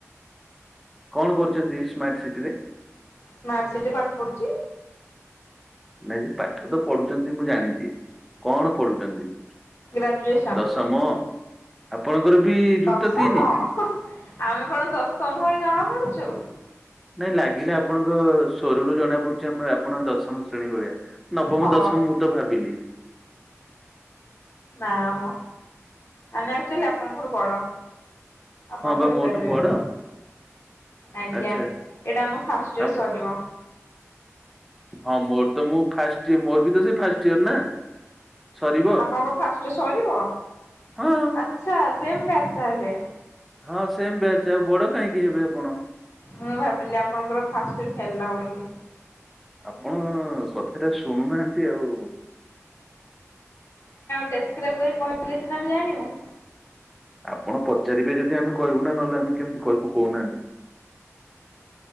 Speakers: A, in the centre; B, on the left.
A: କଣ କରୁଛନ୍ତି ସ୍ମାର୍ଟ ସିଟିରେ?
B: ସ୍ମାର୍ଟ ସିଟି ପାଠ ପଢୁଛି
A: ନାଇଁ କି ପାଠ ତ ପଢୁଛନ୍ତି ମୁଁ ଜାଣିଛି କଣ ପଢୁଛନ୍ତି?
B: ଗ୍ରାଜୁଏସନ୍।
A: ଦଶମ ଆପଣଙ୍କର ବି ଯୁକ୍ତ
B: ଦଶମ
A: ତିନି?
B: ଆମେ କଣ ଦଶମ ଭଳି ଜଣା ପଡୁଛୁ।
A: ନାଇଁ ଲାଗିଲା ଆପଣଙ୍କ ସ୍ୱରରୁ ଜଣା ପଡୁଚି ଆମେ ଆପଣ ଦଶମ ଶ୍ରେଣୀ ଭଳିଆ ନବମ
B: ହଁ।
A: ଦଶମ ମୁଁ ତ ଭାବିଲି।
B: ନାମ ଆମେ ଆଚୁଆଲି ଆପଣଙ୍କଠୁ ବଡ। ଆପଣ
A: ହଁ ବା
B: କହିପାରିବେ।
A: ମୋଠୁ ବଡ
B: ଆଜ୍ଞା
A: ଆଚ୍ଛା।
B: ଏଇଟା ଆମ ଫାଷ୍ଟ ଇୟର
A: ଆପ
B: ସରିବ।
A: ହଁ ମୋର ତ ମୁଁ ଫାଷ୍ଟ ଇର ମୋର ବି ତ ସେ ଫାଷ୍ଟ ଇୟର ନା। ସରିବ
B: ଆପଣଙ୍କ ଫାଷ୍ଟ ସରିବ
A: ହଁ।
B: ଆଛା ସେମ ବେଚ ତାହଲେ।
A: ହଁ ସେମ ବ୍ୟାଚ ଆଉ ବଡ କାହିଁକି ହେବେ ଆପଣ।
B: ମୁଁ ଭାବିଲି ଆପଣଙ୍କର ଫାଷ୍ଟ ଇୟର ହେଲା ବୋଲି।
A: ଆପଣ ସତରେ ଶୁଣୁନାହାନ୍ତି ଆଉ।
B: ଦେସ୍କ୍ଆରଇବ କହିଥିଲେ ସିନା ଆମେ ଜାଣିବୁ।
A: ଆପଣ ପଚାରିବେ ଯଦି ଆମେ କହିବୁ ନା ନହେଲେ ଆମେ କେମିତି କହିବୁ କହୁନାହାନ୍ତି?